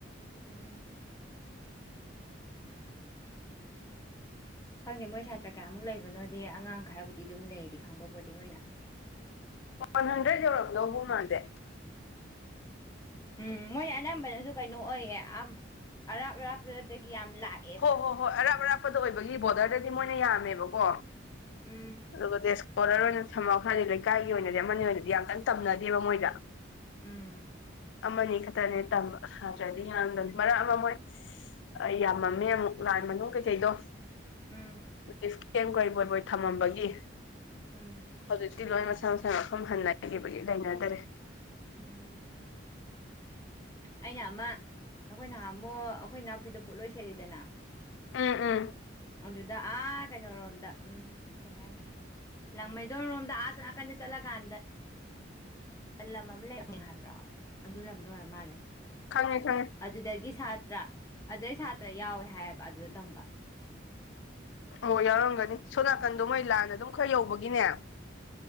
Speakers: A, on the left (about 15°); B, on the left (about 70°).
A: ꯑꯣ ꯈꯪꯗꯦ ꯃꯣꯏ ꯁꯥꯇ꯭ꯔ ꯀꯌꯥꯃꯨꯛ ꯂꯩꯕꯅꯣꯗꯤ ꯑꯉꯥꯡ ꯈ꯭ꯔꯕꯨꯗꯤ ꯑꯗꯨꯝ ꯂꯩꯗꯤ ꯈꯪꯕ ꯕꯣꯔꯗꯤꯡ ꯑꯣꯏꯅ
B: ꯋꯥꯟ ꯍꯟꯗ꯭ꯔꯦꯗ ꯌꯧꯔꯝꯗꯧꯕꯨ ꯃꯥꯟꯗꯦ
A: ꯎꯝ ꯃꯣꯏ ꯑꯅꯝꯕꯅꯁꯨ ꯀꯩꯅꯣ ꯑꯣꯏꯌꯦ ꯑꯔꯥꯞ ꯑꯔꯥꯞꯄꯗꯒꯤ ꯌꯥꯝ ꯂꯥꯛ
B: ꯍꯣꯏ ꯍꯣꯏ ꯍꯣꯏ ꯑꯔꯥꯞ ꯑꯔꯥꯞꯄꯗ ꯑꯣꯏꯕꯒꯤ ꯕꯣꯔꯗ꯭ꯔꯗꯗꯤ ꯃꯣꯏꯅ ꯌꯥꯝꯃꯦꯕꯀꯣ
A: ꯎꯝ
B: ꯑꯗꯨꯒ ꯗꯦꯁ ꯑꯣꯔ꯭ꯔ ꯑꯣꯏꯅ ꯊꯝꯃ ꯍꯥꯏꯔꯗꯤ ꯂꯩꯀꯥꯏꯒꯤ ꯑꯣꯏꯅꯗꯤ ꯑꯃꯅꯤ ꯑꯣꯏꯅꯗꯤ ꯌꯥꯝꯀꯥꯟꯅ ꯇꯝꯅꯗꯦꯕ ꯃꯣꯏꯗ
A: ꯎꯝ
B: ꯑꯃꯅꯤ ꯈꯛꯇꯅꯤ ꯇꯝꯕꯥ ꯁꯥꯇ꯭ꯔꯗꯤ ꯌꯥꯝꯗꯝꯅꯤ ꯃꯔꯛ ꯑꯃ ꯃꯣꯏ ꯑꯩ ꯌꯥꯝꯃꯝꯃꯦ ꯑꯃꯨꯛ ꯂꯥꯟ ꯃꯅꯨꯡ ꯀꯩꯀꯩꯗꯣ
A: ꯎꯝ
B: <unintelligible> ꯊꯝꯃꯝꯕꯒꯤ
A: ꯎꯝ
B: ꯍꯧꯖꯤꯛꯇꯤ ꯂꯣꯏ ꯃꯁꯥ ꯃꯁꯥ ꯃꯐꯝ ꯍꯟꯅꯈꯤꯕꯒꯤ ꯂꯩꯅꯗꯔꯦ
A: ꯎꯝ ꯑꯩꯅ ꯑꯃ ꯑꯩꯈꯣꯏ ꯅꯍꯥꯝꯃꯣꯛ ꯑꯩꯈꯣꯏ ꯏꯅꯥꯎꯄꯤꯗꯣ ꯄꯣꯠꯂꯣꯏ ꯁꯦꯠꯂꯤꯗꯅ
B: ꯎꯝ ꯎꯝ
A: ꯑꯗꯨꯗ ꯑꯥ ꯀꯩꯅꯣꯔꯣꯝꯗ ꯎꯝ ꯀꯩ ꯍꯥꯏ ꯍꯥꯌꯅꯤ ꯂꯥꯡꯃꯩꯗꯣꯟꯔꯣꯝꯗ ꯑꯥꯁꯣꯝ ꯅꯥꯀꯟꯗ ꯆꯠꯂ ꯀꯥꯟꯗ ꯂꯝ ꯑꯃ ꯂꯩꯕꯅꯦ ꯍꯥꯏꯕ꯭ꯔꯣ ꯑꯗꯨ ꯂꯝꯗꯣ ꯑꯣꯏꯔ ꯃꯥꯜꯂꯦ
B: ꯈꯪꯉꯦ ꯈꯪꯉꯦ
A: ꯑꯗꯨꯗꯒꯤ ꯁꯥꯇ꯭ꯔꯥ ꯑꯗꯨꯏ ꯁꯥꯇ꯭ꯔꯥ ꯌꯥꯎꯋꯦ ꯍꯥꯏꯌꯦꯕꯥ ꯑꯗꯨꯗ ꯇꯝꯕ
B: ꯑꯣ ꯌꯥꯎꯔꯝꯒꯅꯤ ꯁꯣꯝ ꯅꯥꯀꯟꯗꯣ ꯃꯣꯏ ꯂꯥꯟꯅ ꯑꯗꯨꯝ ꯈꯔ ꯌꯧꯕꯒꯤꯅꯦ